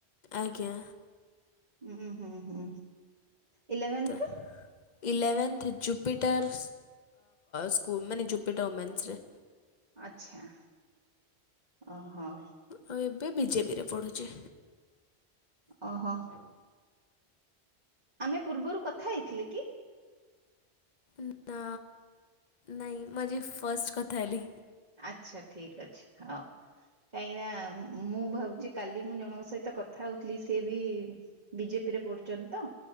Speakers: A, on the left (about 45°); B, on the right (about 40°).
A: ଆଜ୍ଞା।
B: ହୁଁ ହୁଁ ହୁଁ। ଇଲେଭେନ୍ଥ
A: ତ <unintelligible> ଇଲେଭେନ୍ଥ ଜୁପିଟର୍ ସ୍କୁଲ ମାନେ ଜୁପିଟର୍ ଓମେନ୍ସରେ।
B: ଆଚ୍ଛା ଓହୋ।
A: ଆଉ ଏବେ ବିଜେପିରେ ପଢ଼ୁଛି।
B: ଓହୋ। ଆମେ ପୂର୍ବରୁ କଥା ହେଇଥିଲେ କି।
A: ନା ନାହି ମଜି ଫଷ୍ଟ କଥା ଆଲି।
B: ଆଚ୍ଛା ଠିକ ଅଛି ହଉ। କାହିଁକିନା ମୁଁ ଭାବୁଛି କାଲି ମୁଁ ଜଣଙ୍କ ସହିତ କଥା ହଉଥିଲି ସିଏ ବି ବିଜେପି ରେ ପଡୁଛନ୍ତି ତ।